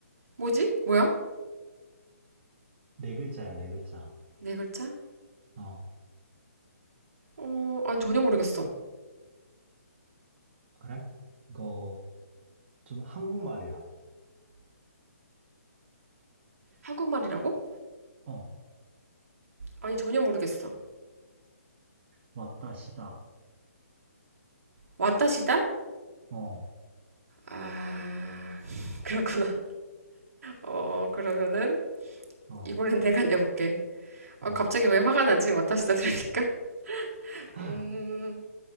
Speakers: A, on the right; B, on the right.
A: 뭐지? 뭐야?
B: 네 글자야, 네 글자.
A: 네 글자?
B: 어, 어,
A: 어, 아니 전혀 모르겠어.
B: 그래? 이거 좀 한국말이야.
A: 한국말이라고?
B: 어,
A: 아니 전혀 모르겠어.
B: 왔다시다.
A: 왔다시다?
B: 어,
A: 아, <laughs> 그렇구나. 어, 그러면은
B: 어,
A: 이번엔 내가 내볼게. 아,
B: 어.
A: 갑자기 왜 화가 나지? 왔다시다 들으니까. <laughs>
B: <laughs>
A: 음,